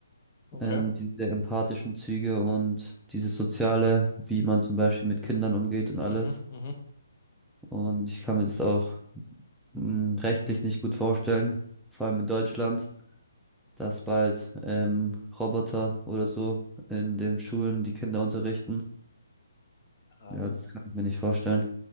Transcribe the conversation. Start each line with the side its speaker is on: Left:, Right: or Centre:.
Left: okay.
Centre: Ähm, diese empathischen Züge und dieses Soziale, wie man zum Beispiel mit Kindern umgeht und alles.
Left: Mhm, mhm.
Centre: Und ich kann mir das auch mh, rechtlich nicht gut vorstellen, vor allem in Deutschland, dass bald ähm, Roboter oder so in den Schulen die Kinder unterrichten.
Left: Ja,
Centre: Ja,
Left: jetzt
Centre: das kann ich mir nicht vorstellen.